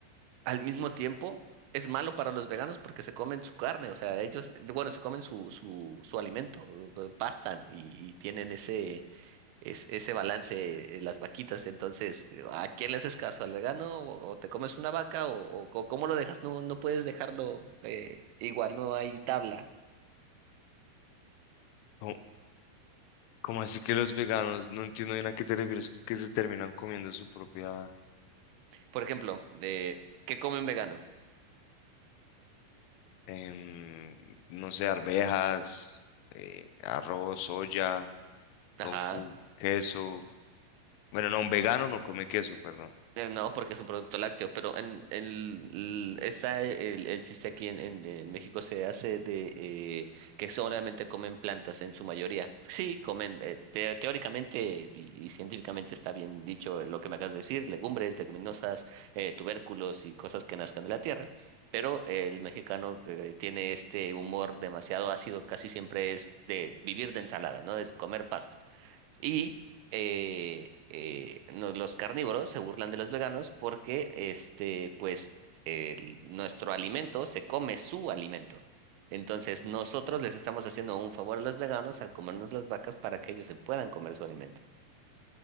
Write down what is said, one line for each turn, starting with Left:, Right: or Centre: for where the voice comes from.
Right: al mismo tiempo es malo para los veganos porque se comen su carne, o sea, ellos, bueno, se comen su, su, su alimento, eh, pastan y, y tienen ese, es- ese balance eh, las vaquitas, entonces, eh, ¿a quién le haces caso? ¿Al vegano o, o te comes una vaca o, o co- cómo lo dejas? No, no puedes dejarlo eh, igual, no hay tabla.
Left: ¿Cómo, cómo así que los veganos? No entiendo bien a qué te refieres con que se terminan comiendo su propia,
Right: Por ejemplo, eh, ¿qué come un vegano?
Left: em, no sé, arvejas, eh, arroz, soya,
Right: Ajá.
Left: tofu, queso. Bueno, no, un vegano no come queso, perdón.
Right: Eh, No, porque es un producto lácteo, pero en, en l- esa, eh, el, el chiste aquí en, en- en México se hace de eh, que solamente comen plantas en su mayoría. Sí, comen, eh, te- teóricamente y, y científicamente está bien dicho lo que me acabas de decir, legumbres, leguminosas, eh, tubérculos y cosas que nazcan de la tierra, pero el mexicano eh, tiene este humor demasiado ácido, casi siempre es de vivir de ensalada, ¿no? Es comer pasto. Y eh, eh, no- los carnívoros se burlan de los veganos porque, este, pues, el- nuestro alimento se come su alimento. Entonces, nosotros les estamos haciendo un favor a los veganos al comernos las vacas para que ellos se puedan comer su alimento.